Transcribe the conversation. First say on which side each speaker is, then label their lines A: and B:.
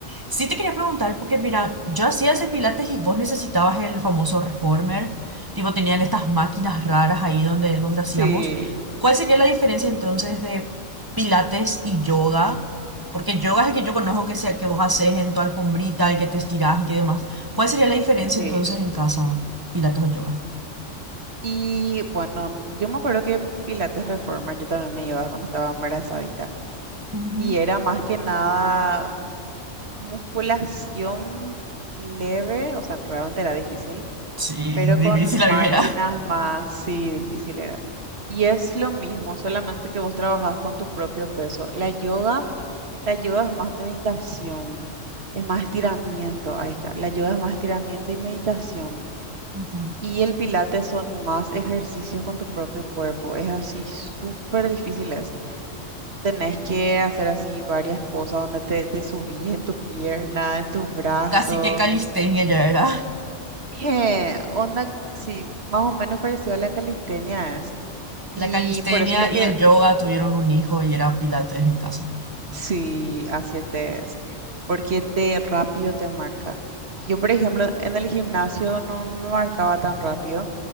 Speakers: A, on the right (about 20°); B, on the right (about 55°).
A: Sí te quería preguntar, porque mira, yo hacía ese pilates y vos necesitabas el famoso reformer, tipo tenían estas máquinas raras ahí donde, donde hacíamos.
B: sí,
A: ¿Cuál sería la diferencia entonces de pilates y yoga? Porque yoga es el que yo conozco que, sea, que vos haces en tu alfombrita, el que te estirás y que demás. ¿Cuál sería la diferencia
B: sí.
A: entonces en casa, pilates o yoga?
B: Y bueno, yo me acuerdo que Pilates Reformer yo también me llevaba cuando estaba embarazadita.
A: Ujú,
B: Y era más que nada musculación leve, o sea, realmente era difícil
A: Sí,
B: pero
A: <laughs> difícil
B: con máquinas
A: la primera.
B: más, sí, difícil era. Y es lo mismo, solamente que vos trabajás con tu propio peso. La yoga, la yoga es más meditación, es más estiramiento, ahí está. La yoga es más estiramiento y meditación.
A: ujú.
B: Y el pilates son más ejercicios con tu propio cuerpo. Es así, súper difícil es. Tenés que hacer así varias cosas donde te, te subís en tu pierna, en tu brazo.
A: Casi que calistenia ya era.
B: Eh, onda, sí, más o menos parecido a la calistenia Y
A: La calistenia
B: por eso lo que
A: y el yoga tuvieron un hijo y era pilates en casa.
B: sí, así te es, porque te rápido te marca. Yo, por ejemplo, en el gimnasio no, no me marcaba tan rápido,